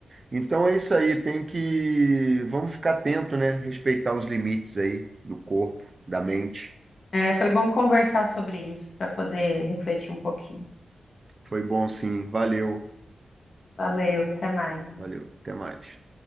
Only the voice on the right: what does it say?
Então é isso aí, tem que. Vamos ficar atento, né? Respeitar os limites aí do corpo, da mente.
Foi bom sim, valeu,
valeu, até mais.